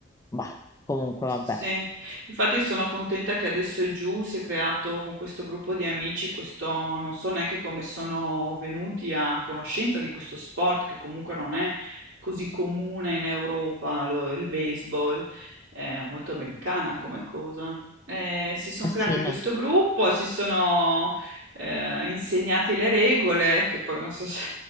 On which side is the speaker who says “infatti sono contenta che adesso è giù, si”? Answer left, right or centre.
Right